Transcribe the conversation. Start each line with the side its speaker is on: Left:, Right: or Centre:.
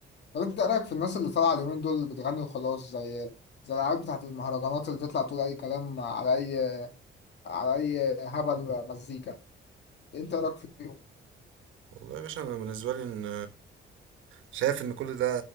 Left: طب انت إيه رايك في الناس اللي طالعه اليومين دول بتغني وخلاص زي زي العيال بتاعت المهرجانات اللي تطلع تقول اي كلام على اي على اي هبل مزيكا انت إيه رايك فيهم
Right: والله يا باشا انا بالنسبه لي ان شايف ان كل ده